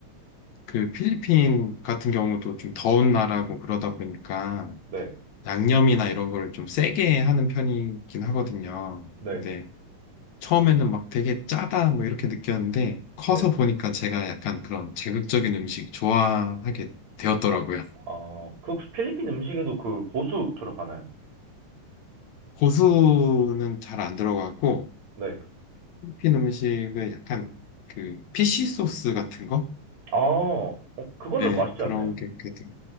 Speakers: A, on the left (about 70°); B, on the right (about 60°).
A: 그 필리핀 같은 경우도 좀 더운 나라고 그러다 보니까
B: 네,
A: 양념이나 이런 거를 좀 세게 하는 편이긴 하거든요.
B: 네,
A: 근데 처음에는 막 되게 짜다 뭐 이렇게 느꼈는데 커서
B: 네.
A: 보니까 제가 약간 그런 자극적인 음식 좋아하게 되었더라고요.
B: 아, 그 혹시 필리핀 음식에도 그 고수 들어가나요?
A: 고수는 잘 안 들어가고
B: 네.
A: 필리핀 음식은 약간 그 피쉬 소스 같은 거?
B: 아, 어, 그거는
A: 네,
B: 맛있지
A: 그런
B: 않나요?
A: 게 들어가요.